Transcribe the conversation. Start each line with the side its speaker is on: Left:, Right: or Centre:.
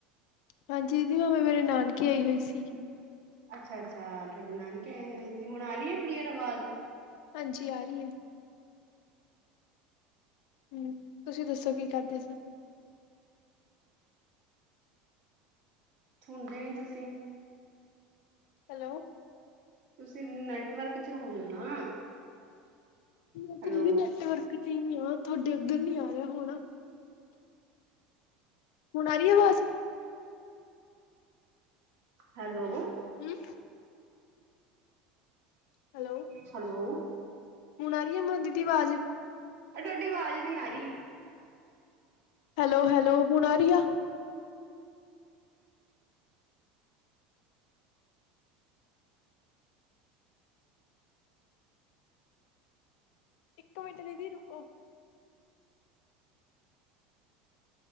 Left: ਹਾਂਜੀ ਦੀਦੀ ਮੈਂ ਮੇਰੇ ਨਾਨਕੇ ਆਈ ਹੋਈ ਸੀ।
Right: ਅੱਛਾ-ਅੱਛਾ ਤੁਹਾਡੇ ਨਾਨਕੇ ਆਏ ਹੋਏ ਸੀ ਹੁਣ ਆ ਰਹੀ ਹੈ ਕਲੀਅਰ ਆਵਾਜ਼।
Left: ਹਾਂਜੀ ਆ ਰਹੀ ਏ। ਹਮ ਤੁਸੀਂ ਦੱਸੋ ਕੀ ਕਰਦੇ ਸੀ?
Right: ਸੁਣਦੇ ਨਹੀਂ ਤੁਸੀਂ
Left: ਹੈਲੋ
Right: ਤੁਸੀਂ ਨੈਟਵਰਕ 'ਚ ਹੋ ਜੋ ਨਾ।
Left: ਮੈਂ ਤੇ
Right: ਹੈਲੋ
Left: ਫੇਰ ਵੀ ਨੈਟਵਰਕ ਚ ਹੀ ਆ, ਤੁਹਾਡੇ ਉੱਧਰ ਨਹੀ ਆ ਰਿਹਾ ਹੋਣਾ। ਹੁਣ ਆ ਰਹੀ ਹੈ ਆਵਾਜ਼।
Right: ਹੈਲੋ
Left: ਹੂੰ ਹੈਲੋ
Right: ਹੈਲੋ
Left: ਹੁਣ ਆ ਰਹੀ ਮ ਦੀਦੀ ਆਵਾਜ਼।
Right: ਅ ਤੁਹਾਡੀ ਆਵਾਜ਼ ਨਹੀ ਆ ਰਹੀ।
Left: ਹੈਲੋ-ਹੈਲੋ ਹੁਣ ਆ ਰਹਿ ਆ। ਇੱਕ ਮਿੰਟ ਦੀਦੀ ਰੁਕੋ।